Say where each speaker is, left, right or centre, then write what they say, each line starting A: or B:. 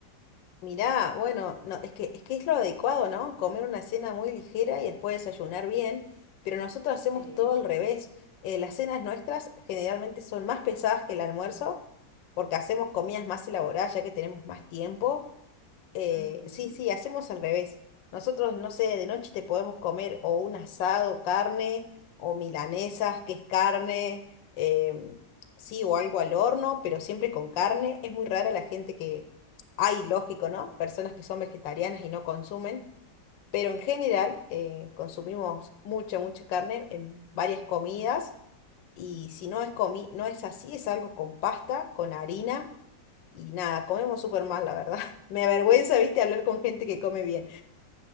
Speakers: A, on the left; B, on the left.
A: Mirá, bueno, no, es que, es que es lo adecuado, ¿no? Comer una cena muy ligera y después desayunar bien, pero nosotros hacemos
B: Sí.
A: todo al revés. Eh, las cenas nuestras generalmente son más pesadas que el almuerzo, porque hacemos comidas más elaboradas, ya que tenemos más tiempo. Eh,
B: ujú.
A: sí,
B: <laughs>
A: sí, hacemos al revés. Nosotros, no sé, de noche te podemos comer o un asado, carne, o milanesas, que es carne, em, sí, o algo al horno, pero siempre con carne. Es muy rara la gente que, hay, lógico, ¿no? Personas que son vegetarianas y no consumen, pero en general eh, consumimos mucha, mucha carne en varias comidas. Y si no es comi no es así, es algo con pasta, con harina y nada, comemos súper mal, la verdad. <laughs> Me avergüenza, viste, hablar con gente que come bien.